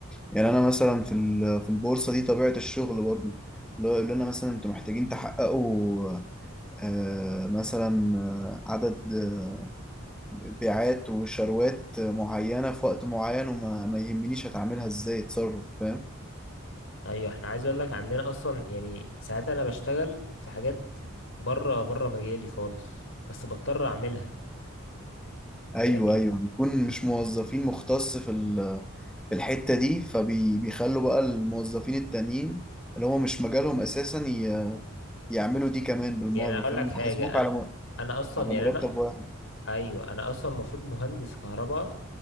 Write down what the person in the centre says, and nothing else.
يعني انا مثلا في ال- في البورصه دي طبيعه الشغل برضو اللي هو يقول لنا مثلا انتوا محتاجين تحققوا آه، مثلا آه، عدد آه، بيعات وشروات معينه في وقت معين وما ما يهمنيش هتعملها ازاي اتصرف فاهم
ايوه
ايوه بيكون مش موظفين مختص في ال- في الحته دي فبيخلوا بقى الموظفين التانيين اللي هو مش مجالهم اساسا ي- يعملوا دي كمان بالمره
فاهم
يحاسبوك
على
م-
على
مرتب
واحد